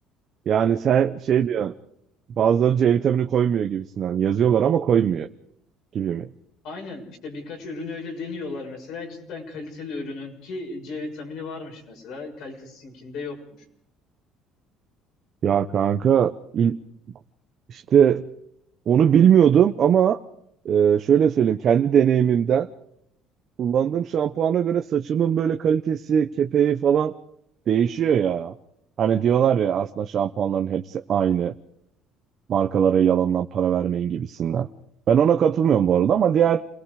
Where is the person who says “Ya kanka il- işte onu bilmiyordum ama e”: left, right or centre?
Right